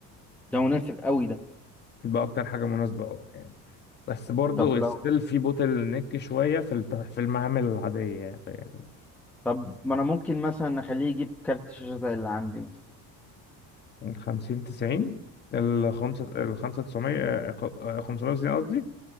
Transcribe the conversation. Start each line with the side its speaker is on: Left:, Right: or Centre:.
Centre: ده مناسب قوي ده
Left: بقى اكتر حاجه مناسبه اه يعني بس برضه
Centre: طب لو
Left: ستيل في بوتل نيك شويه في الت- في المعامل العاديه يعني يعني
Centre: طب ما انا ممكن مثلا اخليه يجيب كارت شاشة زي اللي عندي مثلا
Left: من 50 90 ال 5 ال 5 900 590 قصدي